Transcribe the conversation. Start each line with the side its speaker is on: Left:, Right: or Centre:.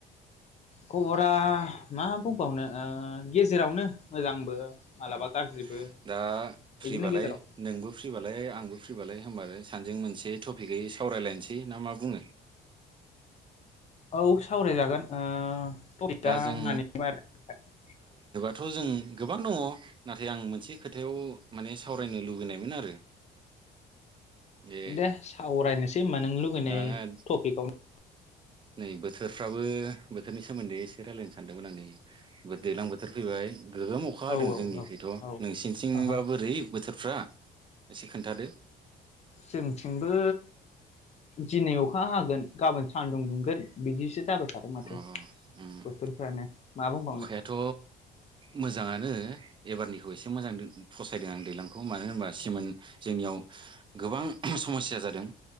Left: खबरा मा बुंबावनो गेजेरावनो मोजांबो मालाबा
Right: अ
Left: गाज्रिबो
Right: दा
Left: बिदिनो
Right: फ्रिबालाय
Left: गेजेराव
Right: नोंबो? फ्रिबालाय आंबो फ्रिबालाय होनबालाय सानैजों मोनसे टपिकै सावरायलायनोसै ना मा बुङो?
Left: औ सावराय जाग गोन ओ टपिका
Right: दा जों
Left: <unintelligible>
Right: थ' जों गोबां दङ नाथाय आं मोनसे खोथायाव माने सावरायनो लुबैनायमोन आरो। जे
Left: दे सावरायनोसै ओमबा नों लुुबैनाय
Right: दा
Left: टपिकआव
Right: नै बोथोरफ्राबो बोथोरनि सोमोन्दै एसे रायज्लायनो सानदोंमोन आं नै दैज्लां बोथोर फैबाय। गोगोम अखा
Left: औ
Right: हदों जोंनिखैथ'
Left: औ औ
Right: नोंसिनिथिंबा
Left: औ
Right: बोरै बोथोरफ्रा एसे खोन्थादो
Left: जोंथिंबो दिनै अखा हागोन गाबोन सानदुं दुंगोन बिदिसो जाबाय थादों माथो
Right: अ उम्म
Left: बोथोरफ्रानो मा बुंबावनो
Right: अखायाथ' मोजाङानो एबारनि एसे मोजां फसायदों आं दैलांखौ मानो होनबा सेमोन जोंनियाव गोबां समस्या जादों